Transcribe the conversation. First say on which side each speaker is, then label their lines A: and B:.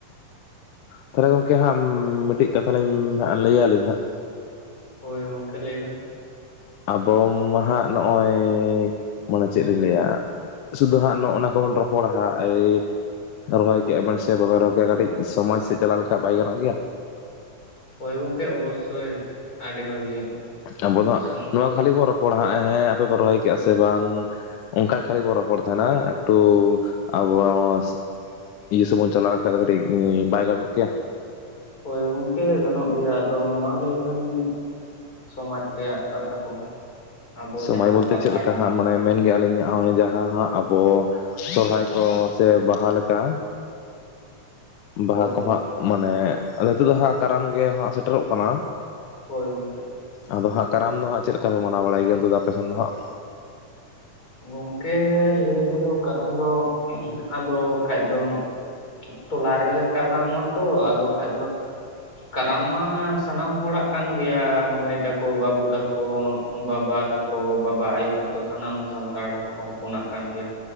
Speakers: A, on the left; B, on the left.
A: ᱛᱟᱦᱚᱞᱮ ᱜᱚᱝᱠᱮ ᱦᱟᱸᱜ ᱢᱤᱫᱴᱤᱡ ᱠᱟᱛᱷᱟ ᱞᱤᱧ ᱦᱟᱸᱜ ᱞᱟᱹᱭᱟᱞᱤᱧ ᱦᱟᱸᱜ,
B: ᱦᱳᱭ ᱜᱚᱝᱠᱮ ᱞᱟᱹᱭ ᱵᱮᱱ ᱾
A: ᱟᱵᱚ ᱢᱟ ᱦᱟᱸᱜ ᱱᱚᱜᱼᱚᱭ ᱢᱟᱱᱮ ᱪᱮᱫ ᱞᱤᱧ ᱞᱟᱹᱭᱟ ᱦᱟᱸᱜ, ᱥᱩᱫᱩ ᱦᱟᱸᱜ ᱱᱚᱜᱼᱚ ᱚᱱᱟ ᱠᱚᱵᱚᱱ ᱨᱚᱯᱚᱲᱟ ᱦᱟᱸᱜ ᱮᱭ ᱨᱚᱦᱚᱭ ᱠᱮᱜᱼᱟ ᱵᱮᱱ ᱥᱮ ᱵᱟᱵᱮᱱ ᱨᱚᱦᱚᱭ ᱠᱮᱫᱼᱟ ᱠᱟᱹᱴᱤᱡ ᱥᱚᱢᱟᱡᱽ ᱥᱮᱫ ᱪᱟᱞᱟᱣ ᱞᱮᱠᱷᱟᱡ ᱵᱟᱭ ᱜᱟᱱᱚᱜ ᱜᱮᱭᱟ?
B: ᱦᱳᱭ ᱜᱚᱝᱠᱮ ᱚᱵᱚᱥᱥᱚᱭ, ᱟᱹᱰᱤ ᱵᱷᱟᱹᱜᱤ᱾
A: ᱟᱵᱚ ᱫᱚ ᱦᱟᱸᱜ
B: ᱥᱚᱢᱚ
A: ᱱᱚᱣᱟ ᱠᱷᱟᱹᱞᱤ ᱵᱚᱱ ᱨᱚᱯᱚᱲᱟ ᱦᱟᱸᱜ ᱦᱮᱸ ᱟᱯᱮ ᱯᱮ ᱨᱚᱦᱚᱭ ᱠᱮᱜᱼᱟ ᱥᱮ ᱵᱟᱝ, ᱚᱝᱠᱟ ᱠᱷᱟᱹᱞᱤ ᱵᱚ ᱨᱚᱯᱚᱲ ᱛᱟᱦᱮᱸᱱᱟ ᱮᱠᱴᱩ ᱟᱵᱚᱣᱟᱜ ᱤᱭᱟᱹ ᱥᱮᱫ ᱵᱚᱱ ᱪᱟᱞᱟᱣ ᱞᱮᱠᱷᱟᱡ ᱫᱚ ᱠᱟᱹᱴᱤᱡ ᱵᱟᱭ ᱜᱟᱱᱚᱜ ᱠᱮᱭᱟ?
B: ᱦᱳᱭ ᱜᱚᱝᱠᱮ ᱜᱟᱱᱚᱜ ᱜᱮᱭᱟ ᱟᱫᱚ ᱢᱟ ᱞᱟᱹᱭ ᱵᱮᱱ, ‌ ᱥᱚᱢᱟᱡᱽ ᱨᱮᱭᱟᱜ ᱠᱟᱛᱷᱟ ᱠᱚ᱾ ᱟᱵᱚ
A: ᱥᱚᱢᱟᱡᱽ
B: ᱡᱟᱦᱟᱸ
A: ᱵᱚᱞ
B: ᱥᱟᱱᱛᱟᱲ
A: ᱛᱮ ᱪᱮᱫ ᱞᱮᱠᱟ
B: ᱢᱚᱫᱽᱫᱷᱮ
A: ᱦᱟᱸᱜ ᱢᱟᱱᱮ ᱢᱮᱱ ᱜᱮᱭᱟ ᱟᱞᱤᱧᱟᱜ ᱦᱚᱸᱜᱼᱚᱭ ᱡᱟᱸᱦᱟ ᱦᱟᱸᱜ ᱟᱵᱚ ᱥᱚᱨᱦᱟᱭ ᱠᱚ ᱥᱮ ᱵᱟᱦᱟ ᱞᱮᱠᱟ ᱵᱟᱦᱟ
B: ᱦᱳᱭ
A: ᱠᱚ
B: ᱦᱳᱭ
A: ᱦᱟᱸᱜ ᱢᱟᱱᱮ, ᱟᱫᱚ ᱱᱤᱛᱚᱜ ᱫᱚ ᱦᱟᱸᱜ ᱠᱟᱨᱟᱢ ᱜᱮ ᱦᱟᱸᱜ ᱥᱮᱴᱮᱨ-ᱚᱜ ᱠᱟᱱᱟ,
B: ᱦᱳᱭ ᱜᱚᱝᱠᱮ᱾
A: ᱟᱫᱚ ᱦᱟᱸᱜ ᱠᱟᱨᱟᱢ ᱫᱚ ᱦᱟᱸᱜ ᱪᱮᱫ ᱞᱮᱠᱟ ᱯᱮ ᱢᱟᱱᱟᱣ ᱵᱟᱲᱟᱭ ᱜᱮᱭᱟ ᱚᱱᱛᱮ ᱫᱚ ᱟᱯᱮ ᱥᱮᱱ ᱫᱚ ᱦᱟᱸᱜ?
B: ᱜᱚᱝᱠᱮ ᱞᱟᱹᱭ ᱛᱮ ᱫᱚ ᱠᱟᱨᱟᱢ ᱫᱚ ᱟᱫᱚ ᱠᱷᱟᱡ ᱫᱚ ᱴᱚᱞᱟ ᱨᱮᱞᱮ ᱠᱟᱨᱟᱢᱚᱜᱼᱟ ᱛᱚ ᱟᱫᱚ ᱠᱷᱟᱡ ᱫᱚ, ᱠᱟᱨᱟᱢ ᱢᱟ ᱥᱟᱱᱟᱢ ᱦᱚᱲᱟᱜ ᱠᱟᱱ ᱜᱮᱭᱟ ᱢᱟᱹᱭ ᱛᱟᱠᱚ, ᱵᱟᱵᱩ ᱛᱟᱠᱚ, ᱵᱟᱵᱟ ᱛᱟ ᱠᱚ, ᱵᱟᱵᱟ ᱟᱭᱳ ᱛᱟᱠᱚ ᱥᱟᱱᱟᱢ ᱥᱟᱱᱛᱟᱲ ᱦᱚᱯᱚᱱᱟᱜ ᱠᱟᱱ ᱜᱮᱭᱟ᱾